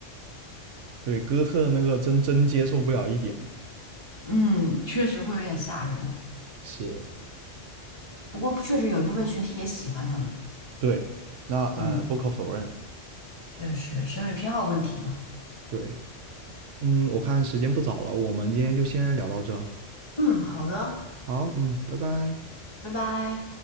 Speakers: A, on the right; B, on the left.
A: 对，哥特那个真真接受不了一点。
B: 嗯，确实会有点吓人，
A: 是，
B: 不过确实有一部分群体也喜欢他们。
A: 对，那呃不可否认。
B: 嗯，确实，审美偏好问题嘛。
A: 对，嗯，我看时间不早了，我们今天就先聊到这。
B: 嗯，好的，
A: 好，嗯，拜拜。
B: 拜拜。